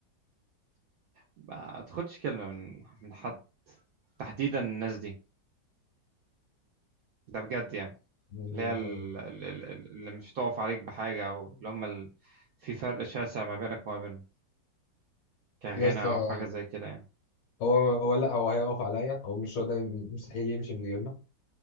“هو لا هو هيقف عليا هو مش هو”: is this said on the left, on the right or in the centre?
Left